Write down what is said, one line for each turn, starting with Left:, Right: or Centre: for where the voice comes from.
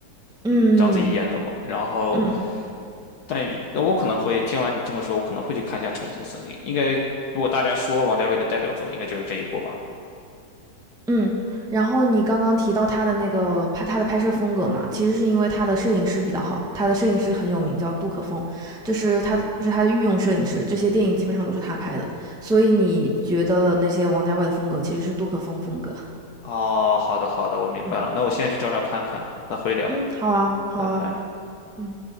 Centre: 嗯
Left: 嗯，章子怡演的嘛。然后
Centre: 嗯。
Left: 但与那我可能会听完你这么说，我可能会去看一下《重庆森林》。应该，如果大家说王家卫的代表作，应该就是这一部吧。
Centre: 嗯，然后你刚刚提到他的那个拍他的拍摄风格嘛，其实是因为他的摄影师比较好，他的摄影师很有名，叫杜可风，就是他的，就是他的御用摄影师，这些电影基本上都是他拍的，所以你觉得的那些王家卫的风格其实是杜可风风格。
Left: 哦，好的好的，我明白了。
Centre: 嗯
Left: 那我现在去找找看看，那回聊，
Centre: 嗯，好啊好啊，
Left: 拜拜。
Centre: 嗯。